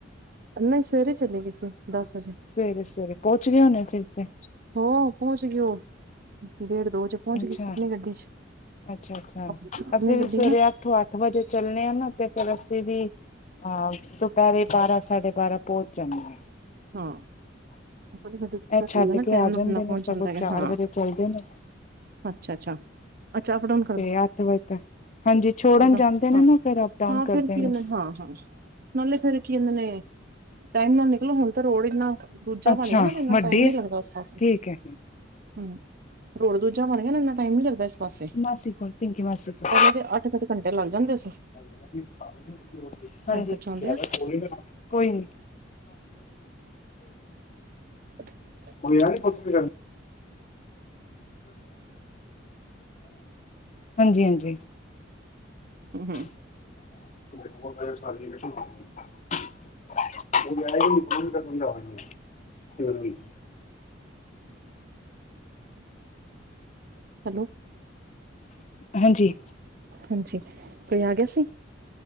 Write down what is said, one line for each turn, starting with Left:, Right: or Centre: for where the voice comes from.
Right: ਨਈ, ਸਵੇਰੇ ਚਲੀ ਗੀਸੀ, ਦਸ ਵਜੇ।
Left: ਸਵੇਰੇ-ਸਵੇਰੇ ਪੋੰਚ ਗੇ ਹੋਨੇ ਫੇਰ ਤੇ।
Right: ਹੋ, ਪੋਂਚ ਗੇ ਔ ਡੇਢ ਦੋ ਵਜੇ ਪੋੰਚ
Left: ਅੱਛਾ
Right: ਗੀ ਸੀ ਅਪਣੀ ਗੱਡੀ ਚ,
Left: ਅੱਛਾ ਅੱਛਾ
Right: ਅਪਨੀ
Left: ਅਸੀਂ
Right: ਗੱਡੀ
Left: ਵੀ ਸਵੇਰੇ
Right: ਨਾ।
Left: <unintelligible> ਚੱਲਣੇ ਆ ਨਾ, ਤੇ ਫੇਰ ਅਸੀਂ ਵੀ ਹਾਂ, ਦੁਪੈਰੇ ਬਾਰਾਂ, ਸਾਡੇ ਬਾਰਾਂ ਪੋਂਚ ਜਾਂਨੇ ਆ।
Right: ਹਾਂ <unintelligible> ਸੁਖ
Left: ਇਹ ਛੱਡ
Right: ਹੁੰਦਾ
Left: ਕੇ
Right: ਟੈਮ
Left: ਆ
Right: ਨਾਲੰ
Left: ਜਾਂਦੇ
Right: ਬੰਦਾ
Left: ਨੇ
Right: ਪਹੁੰਚ
Left: ਸਗੋਂ
Right: ਜਾਂਦਾ ਹੈਗਾ,
Left: ਚਾਰ
Right: ਹਾਂ।
Left: ਵਜੇ ਚੱਲਦੇ ਨੇ
Right: ਅੱਛਾ, ਅੱਛਾ, ਅੱਛਾ ਅਪ ਡਾੳਨ
Left: ਤੇ ਅੱਠ ਵਜਦਾ ਹਾਂਜੀ ਛੋੜਨ
Right: ਡਾਊਨ
Left: ਜਾਂਦੇ ਨੇ
Right: ਹਾਂ
Left: ਨਾ ਫੇਰ ਅਪ-ਡਾਊਨ
Right: ਹਾਂ
Left: ਕਰਦੇ
Right: ਫੇਰ ਕੀ
Left: ਨੇ।
Right: ਕਹਿੰਦੇ ਹਾਂ ਹਾਂ ਨਾਲੇ ਫੇਰ ਕੀ ਕੈਂਦੇ ਨੇ ਟੈਮ ਨਾਲ ਨਿਕਲੋ ਹੁਣ ਤਾ ਰੋਡ ਇੰਨਾ ਦੂਜਾ
Left: ਅੱਛਾ
Right: ਬਣ ਗਿਆ ਨਾ ਇੰਨਾ
Left: ਵੱਡੀ
Right: ਟਾਈਮ ਨੀ ਲੱਗਦਾ ਉਸ ਪਾਸੇ।
Left: ਠੀਕ ਐ।
Right: ਹੁੰ ਰੋਡ ਦੂਜਾ ਬਨ ਗਿਆ ਨਾ ਇੰਨਾ ਟਾਈਮ ਨੀ ਲੱਗਦਾ ਇਸ ਪਾਸੇ,
Left: ਮਾਸੀ ਕੋਲ ਪਿੰਕੀ ਮਾਸੀ ਕੋਲ
Right: ਪੈਲੇ ਤੇ ਅੱਠ <unintelligible> ਘੰਟੇ ਲੱਗ ਜਾਂਦੇ ਸੀ।
Left: <unintelligible> ਹਾਂਜੀ।
Right: ਇੱਧਰ ਜਾਂਦਿਆਂ
Left: ਕੋਈ ਨੀ, ਕੋਈ ਨੀ।
Right: <inaudible>
Left: <unintelligible> ਹਾਂਜੀ-ਹਾਂਜੀ।
Right: ਹੁੰ-ਹੁੰ।
Left: <unintelligible> <unintelligible>
Right: ਹੈਲੋ
Left: ਹਾਂਜੀ।
Right: ਹਾਂਜੀ, ਕੋਈ ਆ ਗਿਆ ਸੀ।